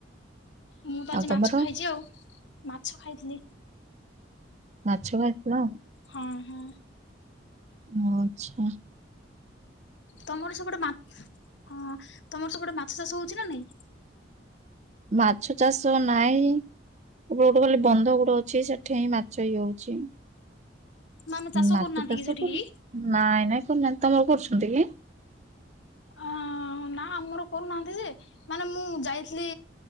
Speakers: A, on the left; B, on the right.
A: ମୁଁ ତ
B: ଆଉ
A: ଆଜି
B: ତମର
A: ମାଛ ଖାଇଛି ଆଉ। ମାଛ ଖାଇଥିଲି।
B: ମାଛ ଖାଇଥିଲ।
A: ହଁ ହଁ।
B: ଓ ଆଚ୍ଛା।
A: ତମର ସେପଟେ ମା ହଁ ତମର ସେପଟେ ମାଛ ଚାଷ ହଉଛି ନା ନାଇଁ?
B: ମାଛ ଚାଷ ନାଇଁ ଏ ଗୋଟେ ଖାଲି ବନ୍ଧ ଗୋଟେ ଅଛି ସେଠି ହିଁ ମାଛ ଇଏ ହେଉଛି।
A: ମାନେ ଚାଷ
B: ମାଛ
A: କରୁନାହାନ୍ତି
B: ଚାଷ
A: କି ସେଠି
B: କରୁ
A: କେହି?
B: ନାଇଁ ନାଇଁ କରୁନାହାନ୍ତି ତମର କରୁଛନ୍ତି କି?
A: ଅ ନା ଆମର କରୁନାହାନ୍ତି ଯେ ମାନେ ମୁଁ ଯାଇଥିଲି